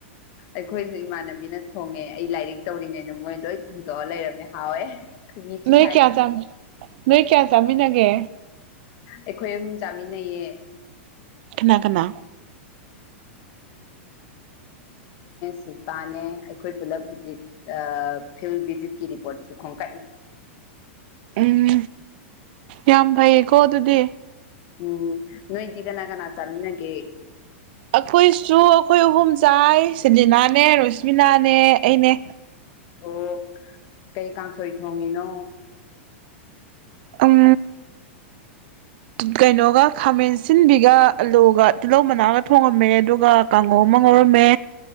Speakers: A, on the left; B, on the right.
A: ꯑꯩꯈꯣꯏꯁꯨ ꯏꯃꯥꯟꯅꯕꯤꯅ ꯊꯣꯡꯉꯦ ꯑꯩ ꯂꯥꯏꯔꯤꯛ ꯇꯧꯔꯤꯉꯩꯗ ꯃꯣꯏ ꯂꯣꯏ ꯊꯣꯡꯇꯣꯛꯑ ꯂꯩꯔꯝꯃꯦ ꯍꯥꯎꯋꯦ ꯃꯤꯆ
B: ꯅꯣꯏ
A: ꯈꯥꯏ
B: ꯀꯌꯥ ꯆꯥꯃꯤ ꯅꯣꯏ ꯀꯌꯥ ꯆꯃꯤ ꯅꯒꯦ
A: ꯑꯩꯈꯣꯏ ꯑꯍꯨꯝ ꯆꯥꯃꯤꯟꯅꯩꯌꯦ
B: ꯈꯅꯥ ꯀꯅꯥ
A: ꯁꯜꯄꯥꯅꯦ ꯑꯩꯈꯣꯏ ꯄꯨꯂꯞ ꯍꯧꯖꯤꯛ ꯐꯤꯜ ꯚꯤꯖꯤꯠꯀꯤ ꯔꯤꯄꯣꯔꯠꯁꯨ ꯈꯣꯝꯀꯠꯂꯤ <unintelligible>
B: ꯎꯝ ꯌꯥꯝ ꯐꯩꯌꯦꯀꯣ ꯑꯗꯨꯗꯤ
A: ꯎꯝ ꯅꯣꯏꯗꯤꯒ ꯅꯒꯅꯥꯆꯥꯃꯤꯅꯒꯦ
B: ꯑꯩꯈꯣꯏꯁꯨ ꯑꯩꯈꯣꯏ ꯑꯍꯨꯝ ꯆꯥꯏ ꯁꯗꯤꯅꯥꯅꯦ ꯔꯣꯁꯃꯤꯅꯥꯅꯦ ꯑꯩꯅꯦ
A: ꯑꯣ ꯀꯩ ꯀꯥꯡꯁꯣꯏ ꯊꯣꯡꯉꯤꯅꯣ
B: ꯑꯝ ꯀꯩꯅꯣꯒ ꯈꯥꯃꯦꯟ ꯁꯤꯟꯕꯤꯒ ꯑꯂꯨꯒ ꯇꯤꯜꯍꯧ ꯃꯅꯥꯒ ꯊꯣꯡꯉꯝꯃꯦ ꯑꯗꯨꯒ ꯀꯥꯡꯉꯣꯝ ꯑꯃ ꯉꯔꯝꯃꯦ